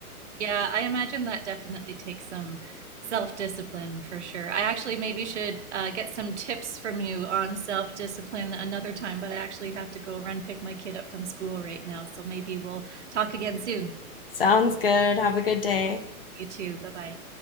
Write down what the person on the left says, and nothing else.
<laughs> Sounds good. Have a good day.